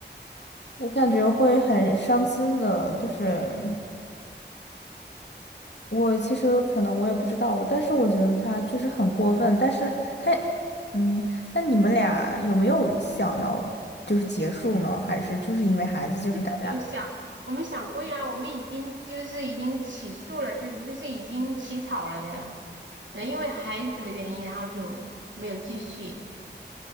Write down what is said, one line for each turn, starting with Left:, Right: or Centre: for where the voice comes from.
Left: 我感觉会很伤心的，就是。我其实可能我也不知道，但是我觉得他就是很过分。但是他，嗯，那你们俩有没有想要就是结束呢？还是就是因为孩子，就是大家
Right: <laughs> 有想，我们想过呀，我们已经就是已经起诉了，就是就是已经起草了的，然后因为孩子的原因，然后就没有继续。